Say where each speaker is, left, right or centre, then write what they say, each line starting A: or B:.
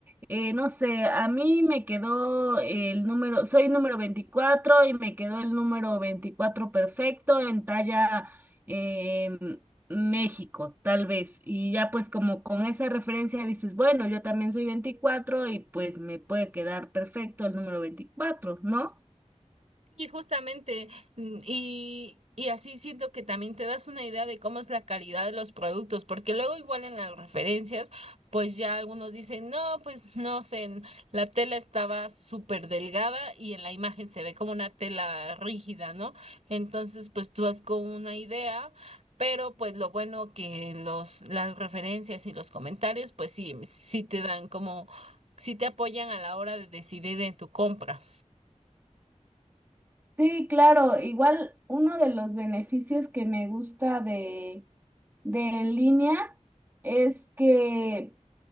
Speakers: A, on the right; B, on the right.
A: eh, no sé, a mí me quedó el número, soy número 24 y me quedó el número 24 perfecto en talla em, México, tal vez. Y ya pues como con esa referencia dices, bueno, yo también soy 24 y pues me puede quedar perfecto el número 24, ¿no?
B: Y justamente, mm, y, y así siento que también te das una idea de cómo es la calidad de los productos, porque luego igual en las referencias, pues ya algunos dicen, no, pues no sé, en- la tela estaba súper delgada y en la imagen se ve como una tela rígida, ¿no? Entonces, pues tú vas con una idea. Pero pues lo bueno que los, las referencias y los comentarios, pues sí, sí te dan como, sí te apoyan a la hora de decidir en tu compra.
A: Sí, claro, igual uno de los beneficios que me gusta de, de en línea es que